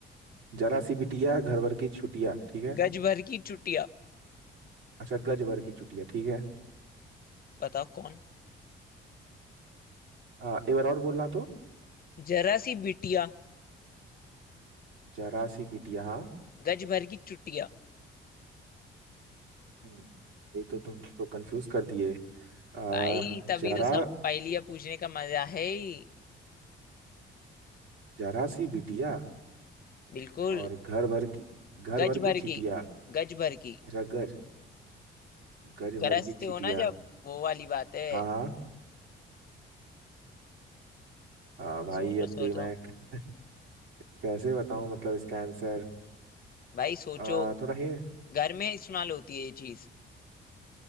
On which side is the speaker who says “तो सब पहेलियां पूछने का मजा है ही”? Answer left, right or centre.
Left